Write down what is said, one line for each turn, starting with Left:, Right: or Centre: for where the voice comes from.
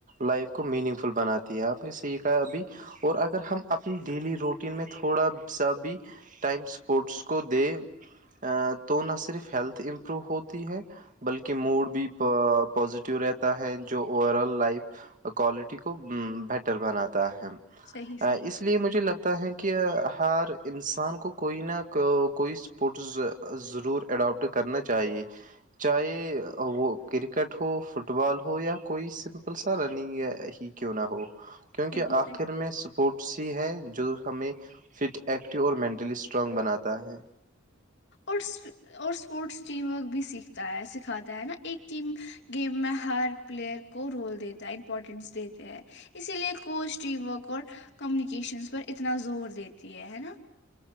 Right: لائف کو میننگ فل بناتی ہے آپ نے سحا اب بھی اور اگر ہم اپنی ڈیلی روٹین میں تھوڑا سا بھی ٹائم اسپورٹس کو دیں تو نہ صرف ہیلتھ امپروو ہوتی ہے بلکہ موڈ بھی پوازیٹیو رہتا ہے جو اوور آل لائف کوالٹی کو بیٹر بناتا ہے
Left: صحیح صحیح
Right: اس لیے مجھے لگتا ہے کہ ہر انسان کو کوئی نہ کوئی اسپورٹس ضرور اڈاپٹ کرنا چاہیے چاہے وہ کرکٹ ہو فٹ بال ہو یا کوئی سمپل سا رننگیا ہی کیوں نہ ہو کیونکہ
Left: صحیح
Right: آخر
Left: صحیح
Right: میں سب ہی ہے جو ہمیں فٹ ایکٹیو اور مینٹلی اسٹرانگ بناتا ہے
Left: اور اور اسپورٹس ٹیم ورک بھی سیکھتا ہے سکھاتا ہے نا ایک ٹیم گیم میں ہر پلیئر کو رول دیتا ہے امپورٹینس دیتے ہے اسی لئے کوچ ٹیم ورک اور کمیونیکیشنس پر اتنا زور دیتی ہے ہے نا